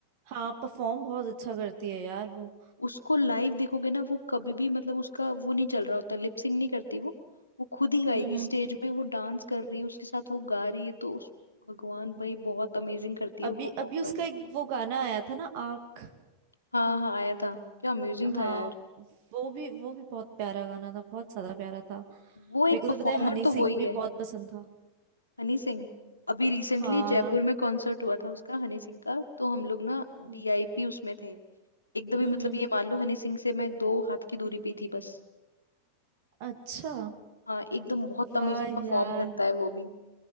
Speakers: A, on the right (about 45°); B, on the left (about 80°).
A: हाँ परफॉर्म बहुत अच्छा करती है यार वो
B: उसको लाइव देखोगे ना वो कभी भी मतलब उसका वो नहीं चल रहा होता लिपसिंग नहीं करती वो वो खुद ही गाएगी
A: हम्म हम्म
B: स्टेज में वो डांस कर रही है उसके साथ वो गा रही है तो उस भगवान भाई बहुत अमेजिंग करती है
A: अभी
B: वो परफॉर्म
A: अभी उसका
B: तो
A: एक वो गाना आया था ना आँख
B: हाँ हाँ आया था क्या अमेजिंग
A: हाँ
B: था यार
A: वो भी वो भी बहुत प्यारा गाना था बहुत ज्यादा प्यारा था
B: वो एक
A: मेरे को
B: परफॉर्मर
A: तो पता है हनी
B: तो
A: सिंह
B: वही
A: भी
B: है
A: बहुत पसंद था
B: हनी सिंह अभी रिसेंटली
A: हाँ
B: जयपुर में कॉन्सर्ट हुआ था उसका हनी सिंह का तो हम लोग ना
A: हम्म
B: वीआईपी उसमें थे एकदम ही
A: हम्म
B: मतलब
A: हम्म।
B: ये मान लो हनी सिंह से मैं दो हाथ की दूरी पे ही थी बस
A: अच्छा
B: हाँ एकदम बहुत
A: वाह
B: अमेजिंग परफॉर्म
A: यार
B: करता है वो भी